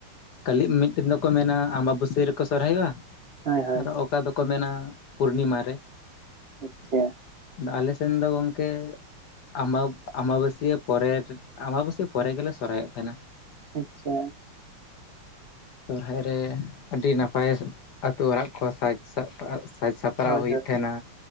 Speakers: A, on the left; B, on the right.
A: ᱠᱷᱟᱹᱞᱤ ᱢᱤᱫᱴᱤᱱ ᱫᱚᱠᱚ ᱢᱮᱱᱟ ᱟᱢᱵᱟᱵᱟᱹᱥᱤᱭᱟ ᱨᱮᱠᱚ ᱥᱚᱨᱦᱟᱭᱚᱜᱼᱟ᱾
B: ᱦᱳᱭ ᱦᱳᱭ
A: ᱟᱨᱚ ᱚᱠᱟ ᱫᱚᱠᱚ ᱢᱮᱱᱟ ᱯᱩᱨᱱᱤᱢᱟ ᱨᱮ᱾
B: ᱟᱪᱪᱷᱟ
A: ᱟᱫᱚ ᱟᱞᱮ ᱥᱮᱱ ᱫᱚ ᱜᱚᱝᱠᱮ ᱟᱢᱵᱟᱵ ᱟᱢᱵᱟᱵᱟᱹᱥᱤᱭᱟᱹ ᱯᱚᱨᱮ ᱟᱢᱟᱵᱟᱹᱥᱤᱭᱟᱹ ᱯᱚᱨᱮ ᱜᱮᱞᱮ ᱥᱚᱨᱦᱟᱭᱚᱜ ᱛᱟᱦᱮᱱᱟ᱾
B: ᱟᱪᱪᱷᱟ
A: ᱥᱚᱦᱟᱭ ᱨᱮ ᱟᱹᱰᱤ ᱱᱟᱯᱟᱭ ᱟᱹᱛᱩ ᱚᱲᱟᱜ ᱠᱚ ᱥᱟᱡᱽ ᱥᱟᱯ ᱥᱟᱡᱽ ᱥᱟᱯ ᱯᱨᱟᱣ
B: ᱦᱳᱭ
A: ᱦᱳᱭᱳᱜ
B: ᱦᱳᱭ
A: ᱛᱟᱦᱮᱸᱱᱟ